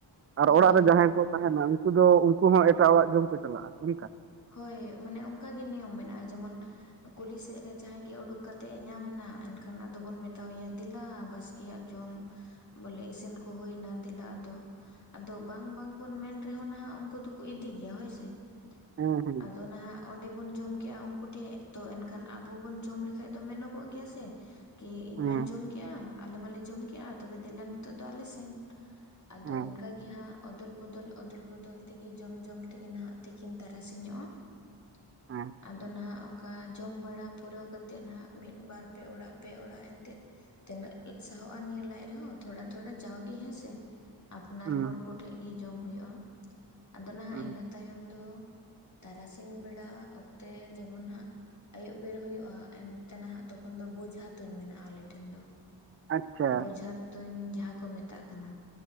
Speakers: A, on the right; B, on the left.
A: ᱟᱨ
B: ᱦᱳᱭ
A: ᱚᱲᱟᱜ ᱨᱮ ᱡᱟᱦᱟᱸᱭ ᱠᱚ ᱛᱟᱦᱮᱱᱟ ᱩᱱᱠᱩ ᱫᱚ ᱩᱱᱠᱩ ᱦᱚᱸ ᱮᱴᱟᱜ ᱚᱲᱟᱜ ᱡᱚᱢ ᱠᱚ ᱪᱟᱞᱟᱜᱼᱟ᱾ ᱚᱱᱠᱟ
B: ᱦᱳᱭ, ᱢᱟᱱᱮ ᱚᱱᱠᱟ ᱜᱮ ᱱᱤᱭᱚᱢ ᱢᱮᱱᱟᱜᱼᱟ, ᱡᱮᱢᱚᱱ ᱠᱩᱞᱦᱤ ᱥᱮᱫ ᱨᱮ ᱡᱟᱦᱟᱸᱭ ᱜᱮ ᱩᱰᱩᱠ ᱠᱟᱛᱮᱫ ᱮ ᱧᱟᱢ ᱮᱱᱟ ᱮᱱᱠᱷᱟᱱ ᱟᱫᱚ ᱵᱚᱱ ᱢᱮᱛᱟᱣᱮᱭᱟ ᱫᱮᱞᱟ ᱵᱟᱥ ᱠᱮᱭᱟᱜ ᱡᱚᱢ ᱵᱚᱞᱮ ᱤᱥᱤᱱ ᱠᱚ ᱦᱩᱭᱮᱱᱟ ᱫᱮᱞᱟ ᱟᱫᱚ ᱾ ᱟᱫᱚ ᱵᱟᱝ ᱵᱟᱝ ᱵᱚᱱ ᱢᱮᱱ ᱨᱮᱦᱚᱸ ᱱᱟᱦᱟᱜ ᱩᱱᱠᱩ ᱫᱚᱠᱚ ᱤᱫᱤ ᱜᱮᱭᱟ ᱦᱳᱭ ᱥᱮ ᱾
A: ᱦᱮᱸ
B: <inaudible>
A: ᱦᱮᱸ
B: ᱟᱫᱚ ᱱᱟᱦᱟᱜ ᱚᱸᱰᱮ ᱵᱚᱱ ᱡᱚᱢ ᱠᱮᱜᱼᱟ ᱩᱱᱠᱩ ᱴᱷᱮᱡ, ᱛᱚ ᱮᱱᱠᱷᱟᱱ ᱟᱵᱚ ᱵᱚᱱ ᱡᱚᱢ ᱞᱮᱠᱷᱟᱡ ᱫᱚ ᱢᱮᱱᱚᱜᱚᱜ ᱜᱮᱭᱟ ᱥᱮ ᱾ ᱠᱤ ᱤᱧ
A: ᱦᱮᱸ
B: ᱢᱟᱧ ᱡᱚᱢ ᱠᱮᱜᱼᱟ ᱟᱞᱮ ᱢᱟᱞᱮ ᱡᱚᱢ ᱠᱮᱜᱼᱟ, ᱛᱚᱵᱮ ᱫᱮᱞᱟ ᱱᱤᱛᱳᱜ ᱫᱚ ᱟᱞᱮ ᱥᱮᱱ ᱾ ᱟᱫᱚ
A: ᱦᱮᱸ
B: ᱚᱱᱠᱟ ᱜᱮ ᱦᱟᱸᱜ ᱚᱫᱚᱞ ᱵᱚᱫᱚᱞ ᱚᱫᱚᱞ ᱵᱚᱫᱚᱞ ᱛᱮᱜᱮ ᱡᱚᱢ ᱡᱚᱢ ᱛᱮᱜᱮ ᱱᱟᱦᱟᱜ ᱛᱤᱠᱤᱱ ᱛᱟᱨᱟᱥ ᱤᱧᱚᱜ-ᱟ ᱾
A: ᱦᱮᱸ
B: ᱟᱫᱚ ᱱᱟᱦᱟᱜ ᱚᱱᱠᱟ ᱚᱱᱠᱟ ᱡᱚᱢ ᱵᱟᱲᱟ ᱯᱩᱨᱟᱹᱣ ᱠᱟᱛᱮᱫ ᱱᱟᱦᱟᱜ ᱢᱤᱫ ᱵᱟᱨ ᱯᱮ ᱚᱲᱟᱜ, ᱯᱮ ᱚᱲᱟᱜ ᱮᱱᱛᱮᱫ ᱛᱤᱱᱟᱹᱜ ᱥᱟᱦᱚᱜᱼᱟ ᱱᱤᱭᱟᱹ ᱞᱟᱡ ᱨᱮᱦᱚᱸ ᱛᱷᱚᱲᱟ ᱛᱷᱚᱲᱟ ᱡᱟᱣᱜᱤ ᱦᱮᱸ ᱥᱮ ᱾ ᱟᱯᱱᱟᱨ
A: ᱦᱩᱸ
B: ᱦᱚᱲ ᱠᱚᱴᱷᱮᱡ ᱜᱮ ᱡᱚᱢ ᱦᱩᱭᱩᱜᱼᱟ᱾ ᱟᱫᱚ ᱱᱟᱦᱟᱜ
A: ᱦᱩᱸ
B: ᱤᱱᱟᱹ ᱛᱟᱭᱚᱢ ᱫᱚ ᱛᱟᱨᱟᱥᱤᱧ ᱵᱮᱲᱟ ᱚᱠᱛᱮ ᱡᱮᱢᱚᱱ ᱦᱟᱸᱜ ᱟᱹᱭᱩᱵ ᱵᱮᱨ ᱦᱩᱭᱩᱜᱼᱟ ᱾ ᱮᱱᱛᱮ ᱱᱟᱦᱟᱜ ᱛᱚᱠᱷᱚᱱ ᱫᱚ ᱵᱚᱡᱷᱟ ᱛᱩᱧ ᱢᱮᱱᱟᱜᱼᱟ ᱟᱞᱮ ᱴᱷᱮᱱ ᱫᱚ ᱾
A: ᱟᱪᱪᱷᱟ᱾
B: ᱵᱚᱡᱷᱟ ᱛᱩᱧ ᱡᱟᱦᱟ ᱠᱚ ᱢᱮᱛᱟᱜ ᱠᱟᱱᱟ ᱾